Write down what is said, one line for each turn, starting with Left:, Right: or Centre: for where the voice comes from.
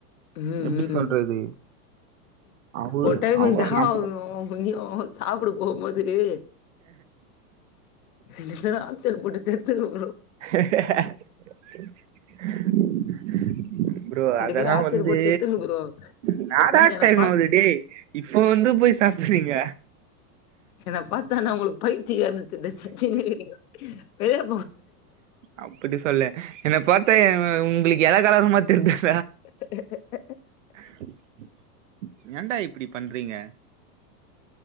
Left: உம்
Right: எப்படி
Left: உம்
Right: சொல்றது அவரு
Left: ஒட்ட <unintelligible> ப்ரோ
Right: அவரு நம்ம
Left: புண்ணியோ சாப்பிட போகும் போது ஏ யென்னடா ச்சர் போட்டு தேத்துகோ
Right: ஹ ஹ <unintelligible> <inaudible> ப்ரோ
Left: ரெண்டு
Right: அதெல்லாம்
Left: பேரு ஆப்ஷன்
Right: வந்து
Left: போட்டு தெத்துங்க ப்ரோ
Right: ன்னடா
Left: என்ன என்ன
Right: டைம்
Left: பாத்
Right: ஆவ்து டே யிப்போ வந்து போய் சாப்பிறீங்க
Left: யென பாத்தானா உங்களுக்கு பைத்திய காரனாத்தெர்தா சிரிச்சின்னே ரிகிங்க வெய <unintelligible>
Right: அப்டி சொல்ல என்ன பாத்த ய உ உங்களுக்கு எளக்காரமா தெர்தா
Left: <unintelligible>
Right: <unintelligible> எண்டா இப்டி பண்றீங்க <unintelligible>